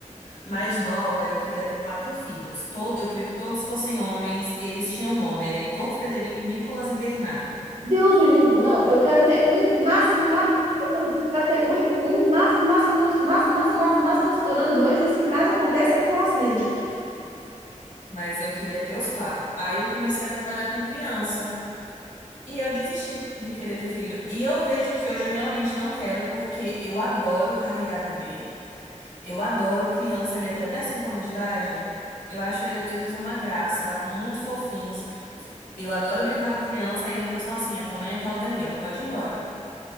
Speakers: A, on the left; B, on the right.
A: mais nova, eu queria ter quatro filhos. Todo, eu queria que todos fossem homens. Eles tinham nome, era Heitor, Frederico, Nicolas e Bernardo.
B: Deus o livre. Não, eu quero ter um máximo, máximo, estourando, eu quero ter um, um máximo, máximo, máximo, máximo, máximo, máximo, estourando dois, assim, caso aconteça por um acidente.
A: Mas eu queria ter os quatro. Aí eu comecei a trabalhar com criança. E eu desisti de querer ter filho. E eu vejo que hoje eu realmente não quero, porque eu adoro carregar bebê. Eu adoro criança ali de até 5 anos de idade. Eu acho eles uma graça, muito fofinhos. Eu adoro brincar com a criança e depois falar assim: a tua mãe é aquela dali, ó, pode ir embora.